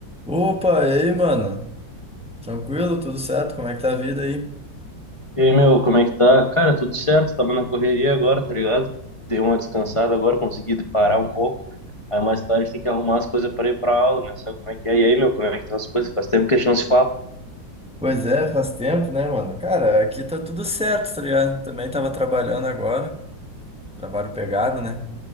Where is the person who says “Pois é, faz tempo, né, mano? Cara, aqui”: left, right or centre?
Centre